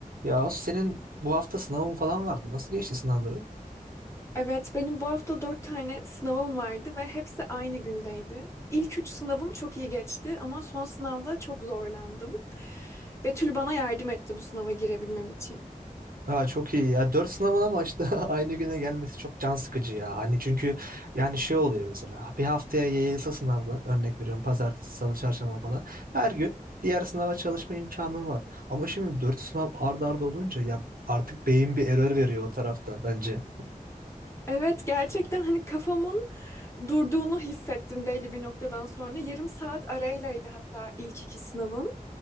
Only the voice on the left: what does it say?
Evet, benim bu hafta dört tane sınavım vardı ve hepsi aynı gündeydi. İlk üç sınavım çok iyi geçti ama son sınavda çok zorlandım. Betül bana yardım etti bu sınava girebilmem için.
Evet, gerçekten hani kafamın durduğunu hissettim belli bir noktadan sonra. Yarım saat araylaydı hatta ilk iki sınavım